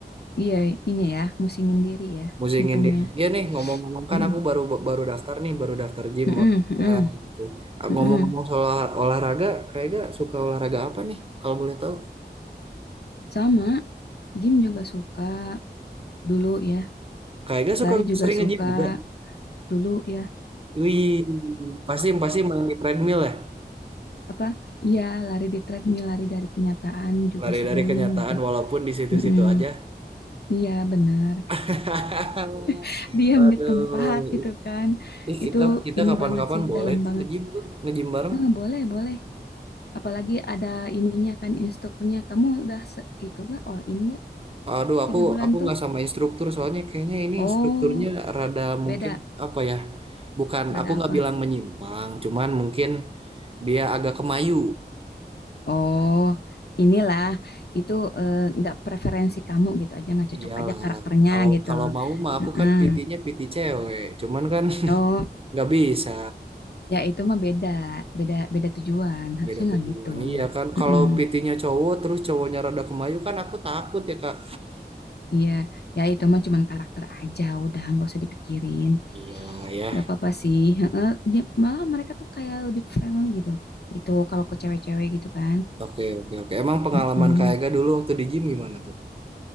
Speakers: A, on the left (about 70°); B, on the right (about 35°).
A: Iya, ini ya, musingin diri ya,
B: musingin
A: hitungnya.
B: diri ya nih ngomong-ngomong
A: mm
B: kan aku baru baru daftar nih baru daftar gym
A: mm-mm,
B: olahraga
A: mm-mm,
B: gitu Ah,
A: mm-mm.
B: ngomong-ngomong soal olah- olahraga kayaknya suka olahraga apa nih kalau boleh tahu
A: Sama, gym juga suka dulu ya,
B: kayaknya suka
A: lari juga
B: sering nge-gym
A: suka
B: juga
A: dulu ya.
B: wih pasti pasti main di treadmill ya
A: apa iya lari di treadmill lari dari kenyataan juga
B: lari
A: sering
B: dari kenyataan
A: gitu
B: walaupun di situ-situ
A: Mm-mm.
B: aja
A: iya benar
B: <laughs>
A: <laughs> diam
B: Waduh,
A: di tempat gitu kan
B: ih
A: itu
B: kita kita
A: ini
B: kapan-kapan
A: banget sih
B: boleh
A: dalam
B: tuh
A: banget
B: nge-gym tuh nge-gym bareng
A: Eh, boleh boleh apalagi ada ininya kan instrukturnya kamu udah se- itu gak all in gak
B: Aduh, aku
A: tiga bulan
B: aku
A: tuh
B: nggak sama instruktur soalnya kayaknya ini
A: oh
B: instrukturnya rada
A: beda
B: mungkin apa ya? Bukan,
A: Rada
B: aku nggak
A: apa
B: bilang menyimpang, cuman mungkin dia agak kemayu.
A: oh inilah itu eh, nggak preferensi kamu gitu aja nggak cocok
B: Iyalah,
A: aja karakternya
B: kalau
A: gitu
B: kalau mau mah aku
A: Heeh.
B: kan PT-nya PT cewek, cuman kan <laughs>
A: Oh
B: nggak bisa
A: Ya itu mah beda, beda beda tujuan. Harusnya
B: beda
A: nggak
B: tujuan.
A: gitu.
B: Iya kan,
A: Mm-mm.
B: kalau PT-nya cowok terus cowoknya rada kemayu kan aku takut ya Kak.
A: Iya, ya itu mah cuman karakter aja. Udah nggak usah dipikirin.
B: Iyalah ya.
A: nggak apa-apa sih. Heeh, Dia, malah mereka tuh kayak lebih friendly gitu. Gitu kalau ke cewek-cewek gitu kan.
B: Oke oke oke. Emang pengalaman
A: Mm-mm.
B: Kak Ega dulu waktu di gym gimana tuh?